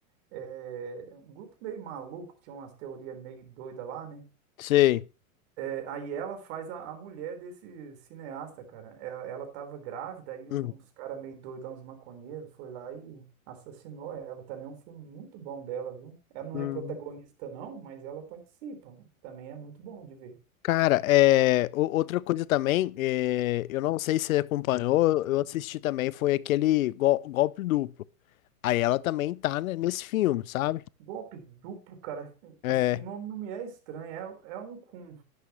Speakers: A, on the right; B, on the left.
A: é, um grupo meio maluco, que tinha umas teorias meio doida lá, né?
B: Sei.
A: É, aí ela faz a, a mulher desse cineasta, cara. Ela, ela tava grávida, aí
B: Uhum.
A: uns caras meio doidão, uns maconheiros, foi lá e assassinou ela. Também é um filme muito bom dela, viu? Ela não
B: Uhum.
A: é protagonista, não, mas ela participa. Também é muito bom de ver.
B: Cara, é, o- outra coisa também, é, eu não sei se você acompanhou, eu assisti também, foi aquele gol- golpe duplo. Aí ela também tá, né, nesse filme, sabe?
A: Golpe duplo, cara.
B: É,
A: Esse nome não me é estranho. É, é um com,